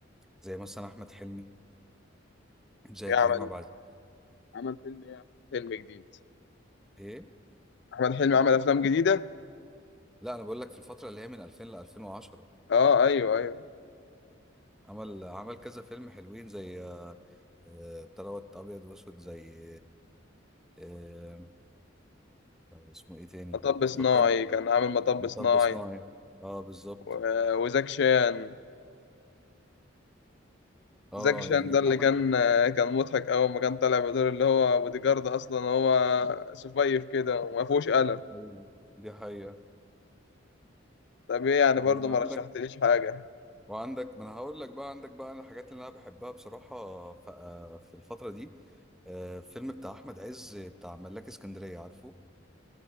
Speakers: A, in the centre; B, on the left.
A: زي مثلا احمد حلمي زي
B: إيه عمل
A: كريم عبد العزيز
B: عمل فيلم ايه فيلم جديد
A: ايه
B: أحمد حلمي عمل أفلام جديدة
A: لا انا بقول لك في الفتره اللي هي من 2000 ل 2010
B: أه أيوه أيوه
A: عمل عمل كذا فيلم حلوين زي آه، آه، بتاع دوت ابيض واسود زي آه، آه، اسمه ايه تاني
B: مطب صناعي
A: فكرني كده
B: كان عامل مطب
A: مطب
B: صناعي
A: صناعي اه بالظبط
B: و- وزاك شان
A: اه
B: زكي شان
A: يعني
B: ده اللي
A: عمل
B: كان كان مضحك أول ما كان طالع بدور اللي هو بودي جارد أصلا هو سفيف كده وما فيهوش قلم
A: دي حقيقة دي حقيقة
B: طب إيه يعني
A: وعندك
B: برضه ما رشحتليش حاجة
A: وعندك ما انا هقول لك بقى عندك بقى الحاجات اللي انا بحبها بصراحة ف- آه، في الفترة دي آه، فيلم بتاع احمد عز بتاع ملاك اسكندرية عارفه